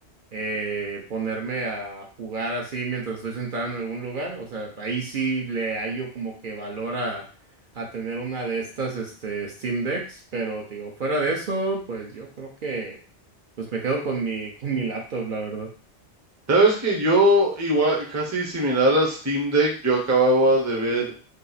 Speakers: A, on the right; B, on the right.
A: eh, ponerme a jugar así mientras estoy sentado en algún lugar, o sea, ahí sí le hallo como que valor a, a tener una de estas este Steam Decks, pero digo, fuera de eso, pues yo creo que pues me quedo con mi <laughs> con mi laptop, la verdad.
B: Sabes que yo, igual, casi similar a Steam Deck, yo acababa de ver